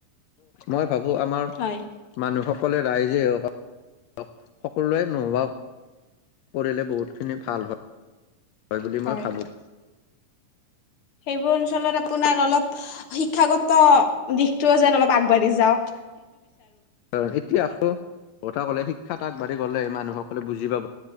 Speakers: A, on the left; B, on the left.
A: মই ভাবো আমাৰ
B: হয়
A: মানুহক সকলে ৰাইজেই হওঁক সকলোৱে নোহৱাওঁক পঢ়িলে বহুতখিনি ভাল হয় হয় বুলি
B: হয়
A: মই ভাবো।
B: সেইবোৰ অঞ্চলত আপোনাৰ অলপ শিক্ষাগত দিশটোওঁ যেন অলপ আগবাঢ়ি যাওঁক।
A: অ' এতিয়া আকৌ কথা ক'লে শিক্ষা আগবঢ়ি গলে মানুহসকলে বুজি পাব,